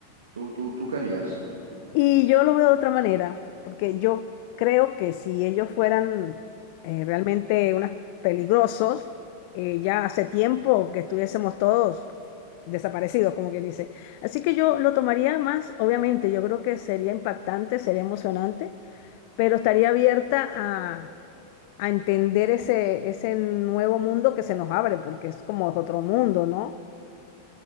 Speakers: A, on the right; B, on the left.
A: ¿Tú, tú, tú qué harías?
B: Y yo lo veo de otra manera, porque yo creo que si ellos fueran eh, realmente unos peligrosos, eh, ya hace tiempo que estuviésemos todos desaparecidos, como quien dice. Así que yo lo tomaría más, obviamente, yo creo que sería impactante, sería emocionante, pero estaría abierta a, a entender ese, ese nuevo mundo que se nos abre, porque es como otro mundo, ¿no?